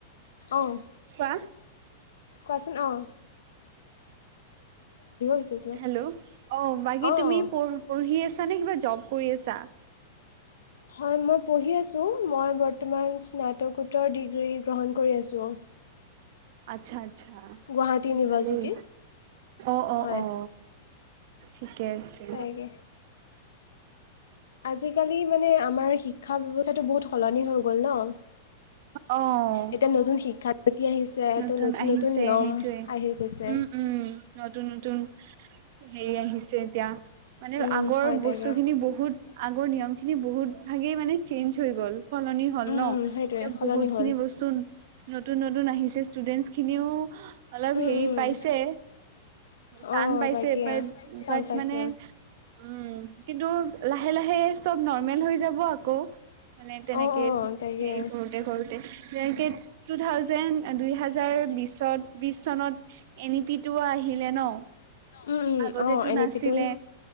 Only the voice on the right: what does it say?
হ
হেল্ল' অ বাকী
তুমি
পঢ়ি আছা নে কিবা জব কৰি আছা
আচ্ছা আচ্ছা
ভালেই অ' অ'
অ' ঠিকে আছে।
আহ
নতুন
আহিছে
সেইটোয়ে
উম উম। নতুন নতুন হেৰি আহিছে এতিয়া মানে
আগৰ
বস্তুখিনি বহুত আগৰ নিয়ম খিনি বহুত ভাগেই মানে চেঞ্জ হৈ গ'ল। সলনি হল
ন
এতিয়া
বহুত
খিনি বস্তু নতুন নতুন আহিছে। ষ্টুডেন্ট খিনিও অলপ
হেৰি
পাইছে। টান
পাইছে
বাট
বাট
মানে উম, কিন্তু লাহে, লাহে চব নৰ্মেল হৈ যাব আকৌ। মানে তেনেকে
হেৰি কৰোঁতে, কৰোঁতে <unintelligible> টু থাউজেণ্ড দুইহাজাৰ বিচত, বিচ চনত এন ই পি টোও আহিলে ন'।
আগতেতো
নাছিলে,